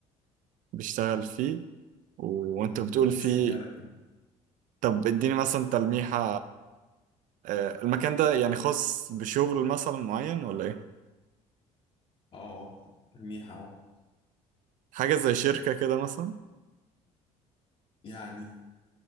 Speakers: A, on the right; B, on the left.
A: بيشتغل فيه و... وانت
B: أمم،
A: بتقول فيه
B: أسهلها لكم
A: طب اديني مثلا تلميحة آه، المكان ده يعني خاص بشغل مثلا معين ولا ايه
B: آه الميحة أهو
A: حاجة زي شركة كده مثلا
B: يعني